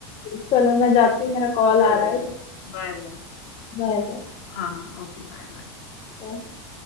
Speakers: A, on the left; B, on the left.
A: चलो मैं जाती हूँ मेरा कॉल
B: चलो
A: आ रहा है
B: फिर Bye bye
A: Bye
B: हाँ हाँ ओके बाय बाय
A: bye